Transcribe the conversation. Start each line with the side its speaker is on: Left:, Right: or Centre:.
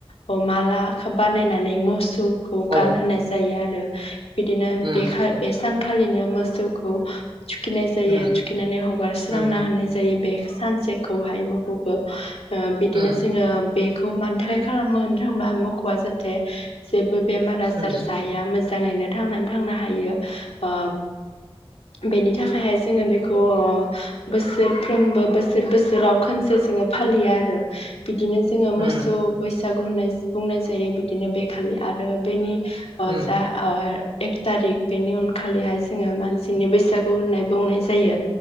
Left: ओ माला बानायनानै मोसौ खौ
Right: औ
Left: गानहोनाय जायो आरो बिदिनो
Right: उम
Left: बेखाय बे सान खालिनो मोसौखौ थुखिनाय जायो
Right: उम
Left: थुखिनानै हगारस्रांना
Right: उम
Left: होनाय जायो बे सानसे खौहाय मौखौखो ओ बिदिनो
Right: उम
Left: ओ बेखौ मानि थाखाय खालामो होननो थांबा मोखौआ जाहाथे जेबो बेमार आजार
Right: उम
Left: जाया मो जाङैनो थांनानै थांनो हायो बा बेनि थाखायहाय जोङो बेखौ बोसोरफ्रोमबो बोसोर बोसोराव खनसे जोङो फालियो आरो बिदिनो जोङो मोसौ
Right: उम
Left: बैसा बैसागु होननाय बुंनाय जायो बिदिनो बेखालि आ रो बेनि अ
Right: उम
Left: जा एक तारिक बेनि उन खालिहाय जोङो मानसिनि बैस बैसागु होननाय बुंनाय जायो